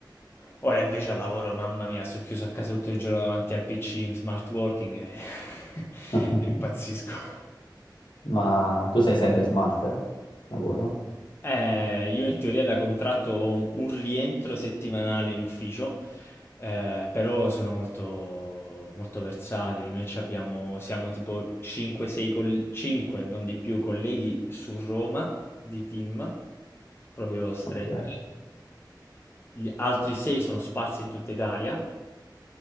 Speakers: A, on the left (about 30°); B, on the left (about 75°).
A: Ora invece al lavoro, mamma mia, sto chiuso a casa tutto il giorno davanti al PC in smart working e, <laughs>
B: <laughs>
A: e impazzisco.
B: Ma tu sei sempre smart? eh? Lavoro?
A: Eh, io in teoria da contratto ho un, un rientro settimanale in ufficio, eh, però sono molto, molto versatili. Noi ci abbiamo, siamo tipo 5-6, coll- 5, non di più, colleghi su Roma di team, proprio stretti.
B: Ok,
A: Gli altri 6 sono sparsi in tutta Italia